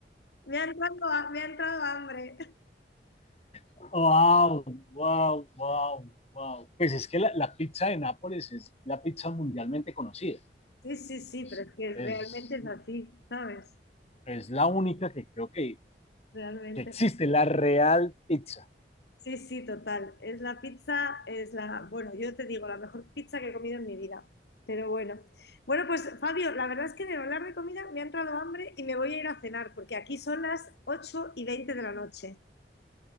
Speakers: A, on the left; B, on the left.
A: me ha entrado, ha- me ha entrado hambre. <laughs>
B: wow, wow, wow, wow. Pues es que la, la, pizza de Nápoles es la pizza mundialmente conocida.
A: Sí, sí, sí,
B: Es,
A: pero es que realmente
B: es,
A: es así, ¿sabes?
B: es la única que creo que,
A: Realmente.
B: que existe, la real pizza.
A: Sí, sí, total. Es la pizza, es la, bueno, yo te digo, la mejor pizza que he comido en mi vida. Pero bueno. Bueno, pues Fabio, la verdad es que de hablar de comida me ha entrado hambre y me voy a ir a cenar, porque aquí son las 8 y veinte de la noche.